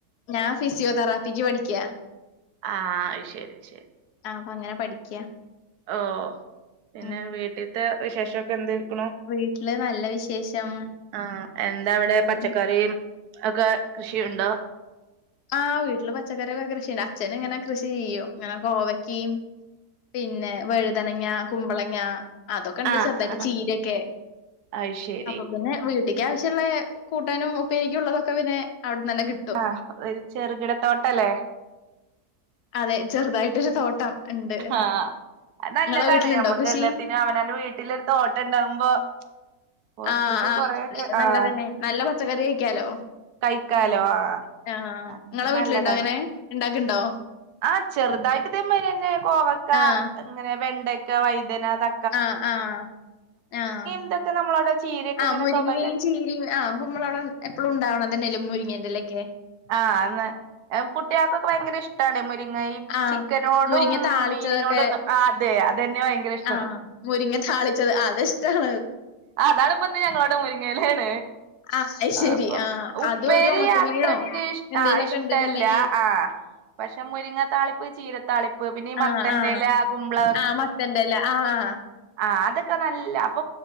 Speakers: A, on the left; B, on the right.
A: ഞാൻ ഫിസിയോതെറാപ്പിക്ക് പഠിക്കാ
B: ആഹ് ശരി ശരി
A: അപ്പൊ അങ്ങനെ പഠിക്കാ
B: ഓഹ് പിന്നെ
A: ഉം
B: വീട്ടിത്തെ വിശേഷക്കെ എന്ത്ക്കണ
A: വീട്ടില് നല്ല വിശേഷം
B: ആഹ് എന്താ ഇവിടെ
A: എല്ല
B: പച്ചക്കറി ഒക്കെ കൃഷിയുണ്ടോ
A: ആഹ് വീട്ടില് പച്ചക്കറിയൊക്കെ കൃഷിയണ്ട് അച്ചന് ഇങ്ങനെ കൃഷി ചെയ്യോ ഇങ്ങനെ കോവയ്ക്കിം പിന്നെ വഴുതനങ്ങ കുമ്പളങ്ങ അതൊക്കെ ഉണ്ട്
B: ആഹ്
A: ചർദായിട്ട്
B: ആഹ്
A: ചീരൊക്കെ
B: അത് ശരി
A: അപ്പൊ പിന്നെ വീട്ടിൽ അത്യാവശ്യള്ള കൂട്ടാനും ഒപ്പരിക്കും ഉള്ളതൊക്കെ പിന്നെ അവിടുന്നെ കി
B: ആഹ് ഒരു ചെറുകിടത്തോട്ടല്ലേ
A: അതെ ചെറുതായിട്ടൊരു തോട്ടം ഉണ്ട്
B: ആഹ് അ നല്ലതാണ്
A: നിങ്ങളെ വീട്ടിലുണ്ടോ
B: ഞമ്മക്ക്
A: കൃഷി
B: എല്ലാത്തിനും അവനന്റെ വീട്ടില് ഒരു തോട്ടം ഉണ്ടാവുമ്പോ പൊറത്ത്ക്ക്
A: ആഹ് ആഹ്
B: കൊറേയൊക്കെ
A: അതെ നല്ലതന്നെ
B: ആഹ്
A: നല്ല പച്ചക്കറി കഴിക്കാലോ
B: കഴിക്കാലോ ആഹ്
A: ആഹ് നിങ്ങളെ വീട്ടിലുണ്ടോ
B: നല്ലതാണ്
A: അങ്ങനെ ഉണ്ടാക്കുണ്ടോ
B: ആഹ് ചെറുതായിട്ട് ഇതേ മാരി തന്നെ കോവക്ക
A: ആഹ്
B: അങ്ങനെ വെണ്ടക്ക വൈതന ത
A: ആഹ് ആഹ് ആഹ്
B: ഇതൊക്കെ നമ്മളവിടെ ചീരയൊക്കെ
A: ആഹ്
B: ഇങ്ങനെ
A: മുരിങ്ങയും
B: സ്വാഭാവികായി
A: ചീരയും ആഹ് കുമ്മളവിട എപ്പഴും ഉണ്ടാവണതന്നല്ലെ മുരിങ്ങന്റെലയൊക്കെ
B: ആഹ് ന കുട്ടികൾക്കൊക്കെ ഭയങ്കര ഇഷ്ട്ടാണേ മുരിങ്ങ ഈ
A: ആഹ്.
B: ചിക്കനോടും
A: മുരിങ്ങ താളിച്ചതൊക്കെ
B: മീനിനോടൊന്നും ആഹ് അതെ അതന്നെ ഭയങ്കര ഇഷ്ട
A: ആഹ് മുരിങ്ങ താളിച്ചത് അത് ഇഷ്ട്ടാൺ
B: ആഹ് അതാണ് ഇപ്പ ഇന്ന് ഞങ്ങളവിടെ മുരിങ്ങയിലയാണ്
A: ആഹ് അയ്ശരി
B: അപ്പൊ
A: ആഹ്
B: ഉപ്പേരി
A: അതും ഒരു ഒണക്കമീനോ
B: അത്രക്ക്
A: എന്തേലൊക്കെ
B: ആഹ് ഇഷ്ടല്ല
A: ഇണ്ട്ന്ന്ണ്ടെങ്കി
B: ആഹ് പക്ഷെ മുരിങ്ങ താളിപ്പ് ചീരത്താളിപ്പ് പിന്നെ ഈ മത്തൻ്റെല
A: ആഹ് ആഹ്
B: കുമ്പള
A: ആഹ് മത്തന്റെല്ല ആഹ്
B: ആഹ് അതൊക്കെ നല്ല അപ്പൊ